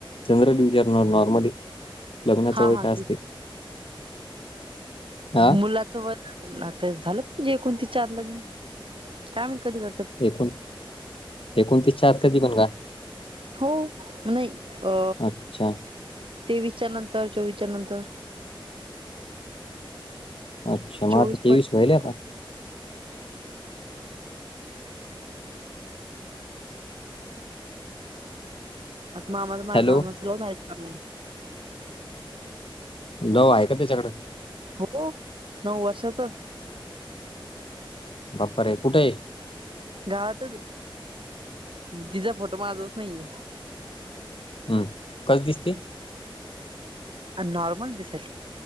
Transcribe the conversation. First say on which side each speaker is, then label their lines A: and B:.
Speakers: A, on the left; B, on the right.
A: चंद्र विचाणार नॉर्मली लग्नाचं
B: हा
A: वय
B: हा
A: काय असते
B: मुला
A: हा
B: आता झाल म्हणे एकोनतीस चार ला लग्न काय माहित कधी करतो
A: एकूण एकोणतीस च्या आत कधी पण का
B: हो नाही अ
A: अच्छा
B: तेवीसच्या नंतर चोवीसच्या नंतर
A: अच्छा मग
B: चोवीस
A: आता तेवीस
B: पंचवीस
A: व्हयले
B: आता मामाच माह्या
A: हॅलो
B: मामाच लव्हमॅरेज करणे
A: डव आहे का त्याच्याकड
B: हो नऊ वर्षाच
A: बापरे कुठे ये
B: गावातच तिचा फोटो माझोळच नाहीये
A: हम्म् कस दिसती
B: नॉर्मल दिसयली